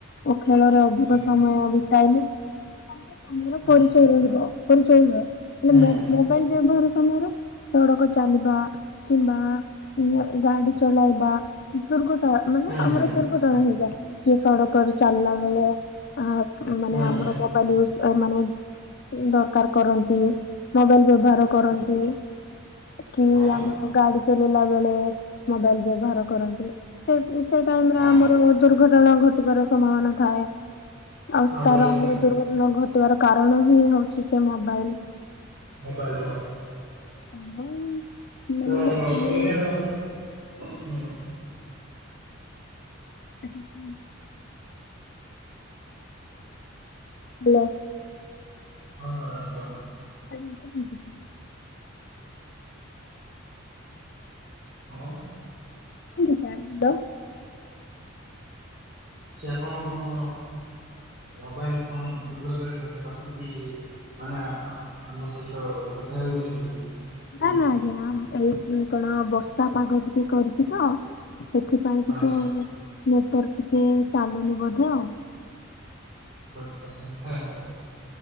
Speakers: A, on the left; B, on the right.
A: ଓ ଖେଳରେ ଅଧିକ
B: ହୁଁ
A: ସମୟ ବିତାଇଲେ। <unintelligible> ସ୍ୱାମୀର
B: ହୁଁ
A: ପରିଚୟ ରହିବ। ପରିଚୟ ହୁଏ। ହେଲେ
B: ହୁଁ ହୁଁ
A: ମୋ-ମୋ ମୋବାଇଲ ବ୍ୟବହାର ସମୟରେ ସଡ଼କ ଚାଲିବା କିମ୍ବା ଉଁ ଗାଡି ଚଲାଇବା। ଦୁର୍ଘଟଣା ମାନେ ଆମର
B: ହୁଁ
A: ଦୁର୍ଘଟଣା ହେଇଯାଏ। କିଏ ସଡକରେ ଚାଲିଲା ବେଳେ ଆ ମାନେ
B: ହୁଁ ହୁଁ
A: ଆମର ମୋ <unintelligible> ମାନେ ଦରକାର୍ କରନ୍ତି ମୋବଇଲ୍ ବ୍ୟହାର କରନ୍ତି କି
B: ହଁ ହଁ
A: ଆମର ଗାଡି ଚଲେଇଲା ବେଳେ ମୋବାଇଲ ବ୍ୟବହାର କରନ୍ତି। ସେ ସେ ଟାଇମରେ
B: ହଁ
A: ଆମର ଦୁର୍ଘଟଣା ଘଟିବାର ସମ୍ଭାବନା ଥାଏ। ଅସ୍ଥାର
B: ବହୁତ
A: ଆମର ଦୁର୍ଘ ଘଟିବାର କାରଣ ହିଁ ହୋଉଚି ସେ ମୋବାଇଲ୍।
B: Mobile phone.
A: <unintelligible> ମାନେ
B: ଓ ହୋ
A: ଆମେ
B: ଏଇଟାର ହୁଁ।
A: <unintelligible> ହାଲୋ।
B: ହଁ ହଁ ମ୍ୟାଡ଼ାମ୍ କୁହନ୍ତୁ?
A: ଆଜ୍ଞ <unintelligible> କଛି
B: ମାଡ଼ାମ୍।
A: କିସ ସାର୍ ହାଲୋ।
B: ଚ୍ୟା ଆପଣ କଣ ମୋବାଇଲ ଫୋନ ଦୂରରେ ର-ରଖିକି ମାନେ ଆ-ଆ-ଆମ ସହିତ କଥା ହେଉଛନ୍ତି। କି
A: ନା ନା ଆଜ୍ଞା ଏଇଠି କଣ ବର୍ଷା ପାଗ ଟିକେ କରିଚି ତ। ସେଥିପାଇଁ ଟିକେ
B: ଆ
A: ନେଟୱାର୍କ ଟିକେ ଚାଲୁନି ବୋଧେ ଆଉ।
B: ହ ଅସୁବିଧା ହୋଉଛି।